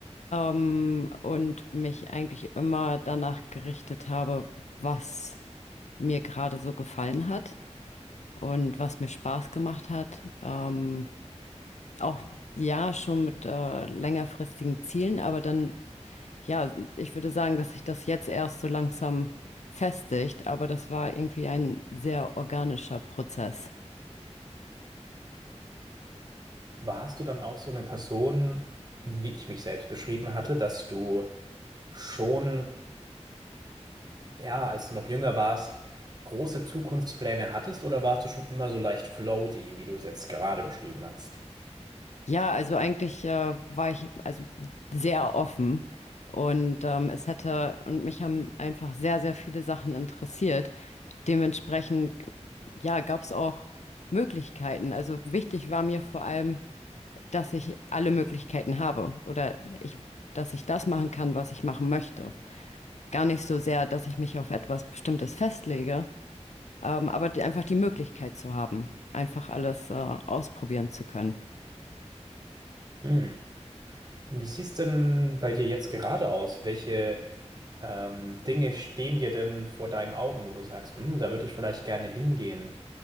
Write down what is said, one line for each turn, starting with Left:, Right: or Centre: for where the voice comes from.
Left: ähm, und mich eigentlich immer danach gerichtet habe, was mir gerade so gefallen hat und was mir Spaß gemacht hat. Ähm, auch ja, schon mit äh, längerfristigen Zielen, aber dann, ja, ich würde sagen, dass sich das jetzt erst so langsam festigt, aber das war irgendwie ein sehr organischer Prozess.
Right: Warst du dann auch so eine Person, wie ich mich selbst beschrieben hatte, dass du schon ja, als du noch jünger warst, große Zukunftspläne hattest oder warst du schon immer so leicht floaty, wie du es jetzt gerade beschrieben hast?
Left: Ja, also eigentlich äh, war ich also sehr offen und ähm, es hätte und mich haben einfach sehr, sehr viele Sachen interessiert. Dementsprechend, ja, gab es auch Möglichkeiten. Also wichtig war mir vor allem, dass ich alle Möglichkeiten habe oder ich, dass ich das machen kann, was ich machen möchte. Gar nicht so sehr, dass ich mich auf etwas Bestimmtes festlege, ähm, aber die, einfach die Möglichkeit zu haben, einfach alles äh, ausprobieren zu können.
Right: Hm. Wie sieht's denn bei dir jetzt gerade aus? Welche ähm, Dinge stehen dir denn vor deinen Augen, wo du sagst, hm, da würde ich vielleicht gerne hingehen?